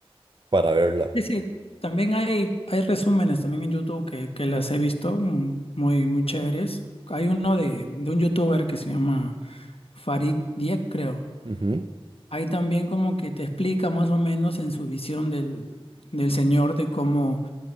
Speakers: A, on the right; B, on the left.
A: para verla.
B: Sí, sí. También hay, hay resúmenes también en YouTube que, que las he visto mm, muy, muy chéveres. Hay uno de, de un youtuber que se llama Farid Dieck, creo
A: Ujú,
B: Ahí también como que te explica más o menos en su visión del, del señor de cómo,